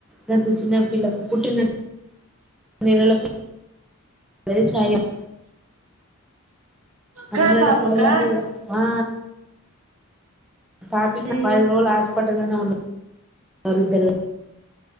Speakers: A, in the centre; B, on the right.
A: దంత చిన్న పిల్లకు పుట్టిన నెలల పి యేసయం
B: కా
A: అంనేల్ల
B: పాపకా
A: పిల్లలకు ఆ టాపిక్
B: ఛీ
A: పది రోజులు హాస్పిటల్నే వున్నరు ఇద్దరు